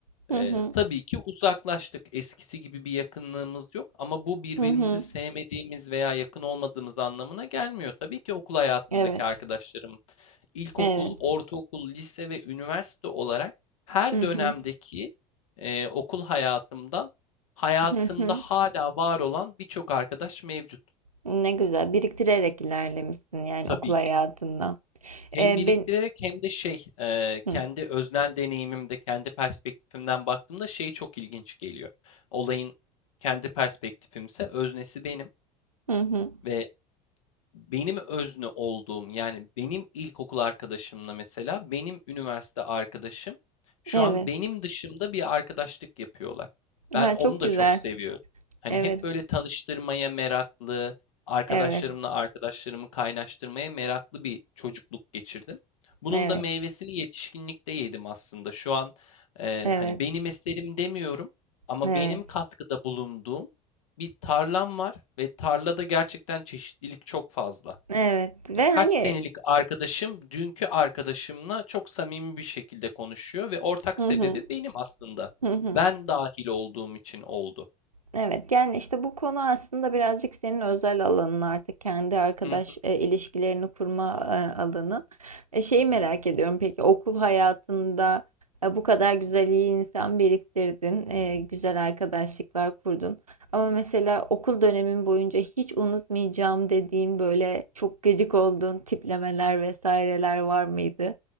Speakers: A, on the right; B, on the left.
A: Hı
B: e,
A: hı.
B: tabii ki uzaklaştık. Eskisi gibi bir yakınlığımız yok ama bu birbirimizi
A: Hı hı.
B: sevmediğimiz veya yakın olmadığımız anlamına gelmiyor. Tabii ki okul hayatındaki
A: Evet.
B: arkadaşlarım ilkokul,
A: Evet.
B: ortaokul, lise ve üniversite olarak her
A: Hı hı.
B: dönemdeki e, okul hayatımdan hayatımda
A: Hı hı.
B: hala var olan birçok arkadaş mevcut
A: Ne güzel biriktirerek ilerlemişsin yani
B: tabii
A: okul hayatında.
B: ki. Hem
A: Ee,
B: biriktirerek
A: ben
B: hem de şey e,
A: hı,
B: kendi öznel deneyimimde, kendi perspektifimden baktığımda şey çok ilginç geliyor. Olayın kendi perspektifimse öznesi benim
A: hı hı.
B: ve Benim özne olduğum yani benim ilkokul arkadaşımla mesela benim üniversite arkadaşım şu
A: Evet.
B: an benim dışımda bir arkadaşlık yapıyorlar. Ben
A: Ha
B: onu
A: çok
B: da
A: güzel.
B: çok seviyorum. Hani
A: Evet.
B: hep böyle tanıştırmaya meraklı, arkadaşlarımla
A: Evet.
B: arkadaşlarımı kaynaştırmaya meraklı bir çocukluk geçirdim. Bunun
A: Evet.
B: da meyvesini yetişkinlikte yedim aslında. Şu an e,
A: Evet.
B: hani benim eserim demiyorum ama
A: Evet.
B: benim katkıda bulunduğum bir tarlam var ve tarlada gerçekten çeşitlilik çok fazla.
A: Evet. Ve
B: Ya kaç
A: hani
B: senelik arkadaşım dünkü arkadaşımla çok samimi bir şekilde konuşuyor ve ortak
A: hı
B: sebebi
A: hı.
B: benim aslında.
A: Hı hı.
B: Ben dahil olduğum için oldu.
A: Evet yani işte bu konu aslında birazcık senin özel alanın artık kendi arkadaş
B: Hı hı,
A: e, ilişkilerini kurma e, alanı. E, şeyi merak ediyorum peki okul hayatında e, bu kadar güzel iyi insan biriktirdin, e, güzel arkadaşlıklar kurdun. Ama mesela okul dönemin boyunca hiç unutmayacağım dediğin böyle çok gıcık olduğun tiplemeler vesaireler var mıydı?